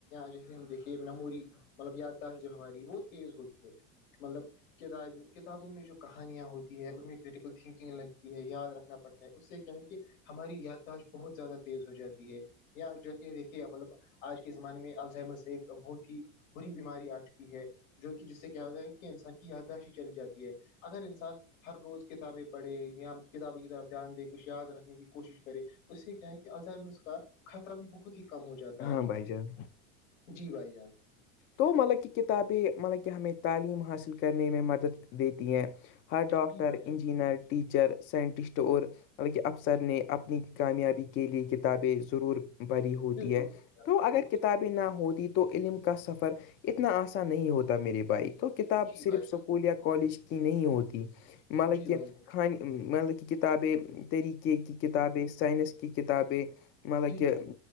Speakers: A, on the left (about 90°); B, on the left (about 30°).
A: جیسے ہم دیکھیے مموری مطلب یادداشت جو ہماری وہ تیز ہوتی ہے کہ مطلب کتاب کتابوں میں جو کہانیاں ہوتی ہے ان میں کریٹیکل تھنکنگ لگتی ہے یاد رکھنا پڑتا اس سے کیا ہے کہ ہماری یادداشت بہت زیادہ تیز ہو جاتی ہے یا جو کہ دیکھیے مطلب آج کے زمانے میں الذیمیرس بہت ہی بری بیماری آ چکی ہے جو کہ جس سے کیا ہوتا ہے کہ انسان کی یادداشی چلی جاتی ہے اگر انسان ہر روز کتابیں پڑھے یا کتابوں کی طرف دھیان دے کچھ یاد رکھنے کی کوشش کرے اسے کیا ہے کہ اس کا خطر بھی بہت ہی کم ہو جاتا
B: ہاں
A: ہے
B: بھائی جان
A: جی بھائی جان
B: تو مطلب کہ کتابیں مطلب کہ ہمیں تعلیم حاصل کرنے میں مدد دیتی ہیں ہر ڈاکٹر
A: جی بھائی جان
B: انجینر ٹیچر سائنٹسٹ اور بلکہ افسر نے اپنی کامیابی کے لیے کتابیں ضرور پڑی ہوتی
A: بالکل
B: ہے
A: صحیح کہا آپ
B: تو
A: نے،
B: اگر
A: بالکل
B: کتابیں نہ ہوتی تو علم کا سفر اتنا آسان نہیں ہوتا میری بھائی تو کتاب
A: جی
B: صرف
A: بھائی
B: سب اسکول یا کالج کی نہیں ہوتی مطلب
A: جی
B: کہ
A: بھائی جان
B: خان مطلب کہ کتابیں طریقے کی کتابیں سائنس کی کتاب مطلب
A: جی
B: کہ
A: بھائی